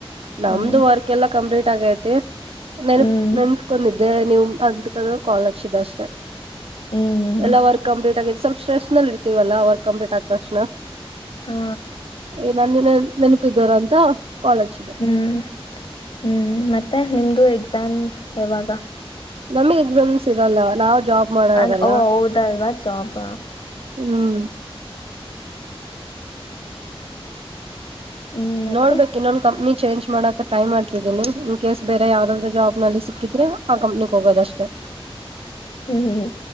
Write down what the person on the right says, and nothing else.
ನಮ್ದು
ವರ್ಕ್ ಎಲ್ಲ ಕಂಪ್ಲೀಟ್ ತ್ತಗೈತಿ ನೆನಪ
ನೆನ್ಸ್ಕೊಂಡಿನೀ ಅದೇ ನೀವ್ <unintelligible> ಅಂತ್ಕ ಕಾಲ್ ಆಚ್ದೆ ಅಷ್ಟೇ
ಎಲ್ಲಾ ವರ್ಕ್ ಕಂಪ್ಲೀಟ್ ಆಗಿದೆ ಸ್ವಲ್ಪ ಸ್ಟ್ರೆಸ್ಲ್ಲಿ ಇರ್ತಿವಲ್ಲ ಅವ ವರ್ ಕಂಪ್ಲೀಟ್ ಆ ತಕ್ಷಣ
ಏನಂದಿ ನೀನು ನೆನಪಿದಾರ ಅಂತ ಕಾಲ್ ಹಚ್ಚಿದೆ
ನಾಮವು ಎಕ್ಸಾಮ್ಸ್ ಇರಲ್ಲ ನಾವು ಜಾಬ್ ಮಾಡರಲ
ಹ್ಮ
ನೋಡ್ಬೇಕು ಇನ್ನೊಂದು ಕಂಪ್ನಿ ಚೇಂಜ್ ಮಾಡಕ ಟ್ರೈ ಮಾಡ್ತಿದ್ದೀನಿ ಇನ್ ಕೇಸ್ ಬೇರೆ ಯಾವ್ದಾದ್ರು ಜಾಬ್ ನಲ್ಲಿ ಸಿಕ್ಕಿದ್ರೆ ಆ ಕಂಪ್ನಿಕ್ ಹೋಗೋದಷ್ಟೆ